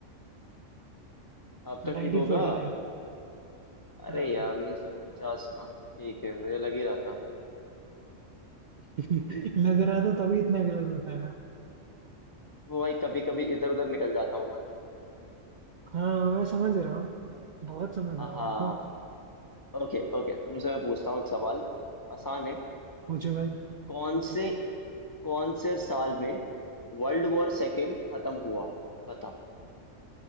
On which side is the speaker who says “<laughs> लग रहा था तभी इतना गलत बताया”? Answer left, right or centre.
Right